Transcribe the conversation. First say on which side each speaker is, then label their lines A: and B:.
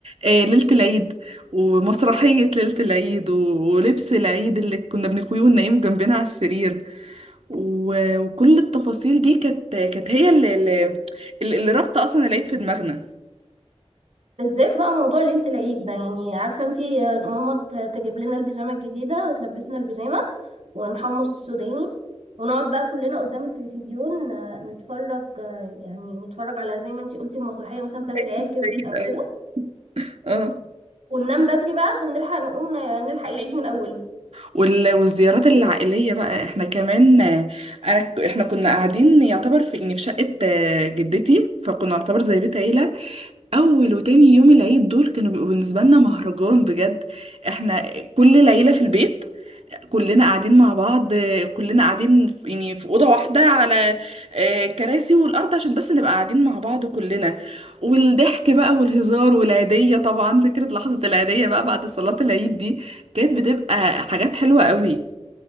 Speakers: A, on the right; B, on the right.
A: آه، ليلة العيد ومسرحية ليلة العيد و- ولبس العيد اللي كنا بنقويه وننيمه جنبنا على السرير و- وكل التفاصيل دي كانت كانت هي اللي اللي, اللي رابطه اصلا العيد في دماغنا
B: بالذات بقى موضوع ليلة العيد ده يعني عارفة انتي آه، ماما ت- تجيب لنا البيجامة الجديدة وتلبسنا البيجامة ونحمص السوداني ونقعد بقى كلنا قدام التلفزيون آه، نتفرج آه، يعني نتفرج على زي ما انتي قلتي المسرحية مثلا بتاعت
A: عيد،
B: العيال كبرت
A: عيد،
B: أو
A: أيوة.
B: كده
A: اه
B: وننام بدري بقى عشان نلحق نقوم ن- نلحق العيد من أوله
A: وال- والزيارات العائليه بقى احنا كمان آه، أنا- احنا كنا قاعدين يعتبر في يعني في شقه آه، جدتي فكنا نعتبر زي بيت عيله اول وتاني يوم العيد دول كانوا بيبقوا بالنسبه لنا مهرجان بجد احنا كل العيله في البيت كلنا قاعدين مع بعض آه، كلنا قاعدين في- يعني في أوضة واحدة على آه، كراسي والأرض عشان بس نبقى قاعدين مع بعض كلنا والضحك بقى والهزار والعيدية طبعا فكرة لحظة العيدية بقى بعد صلاة العيد دي كانت بتبقى حاجات حلوة قوي